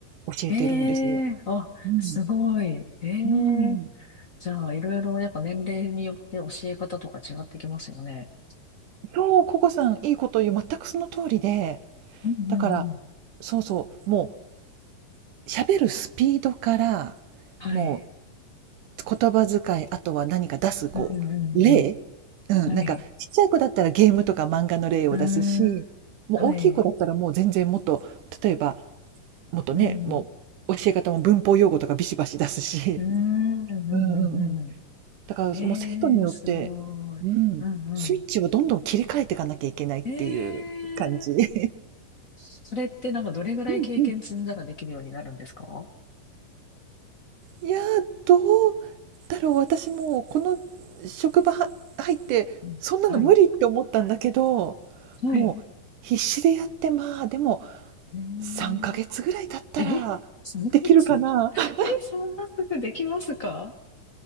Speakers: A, on the right (about 70°); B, on the left (about 55°).
A: 教えてるんですよ。
B: ええあ、
A: うん。
B: すごい。ええ
A: うん。
B: じゃあ、いろいろやっぱ年齢によって教え方とか違ってきますよね。
A: そう、ココさんいいこと言う。全くその通りで、
B: うんうんうん。
A: だからそうそう、もう喋るスピードから、
B: はい。
A: もう言葉遣い、あとは何か出す、こう、
B: うんうんうん。
A: 例うん、
B: はい。
A: なんかちっちゃい子だったらゲームとか漫画の例を出すし、
B: うーん。
A: もう大きい子だったらもう全然もっと、
B: はい。
A: 例えば、もっとね、
B: うん。
A: もう教え方も文法用語とかビシバシ出すし。
B: うーん。うんうんう
A: うんうんうん。だからもう生徒によって、
B: ん。ええー、すごい。
A: うん、
B: うんう
A: スイッチをどんどん切り替えていかなきゃいけないっていう感じ。
B: ん。ええ
A: <laughs>
B: それってなんかどれぐらい経験積んだらできるようになるんですか
A: うんうん。いやーどうだろう私もうこの職場は入ってそんなの無理って思ったんだけど
B: うん。はい。はい。
A: もう必死でやってまあでも
B: え
A: 3ヶ月ぐらい経ったら
B: ー、え、3ヶ月
A: できるかな
B: <laughs>
A: <laughs>
B: え、そんなすぐできますか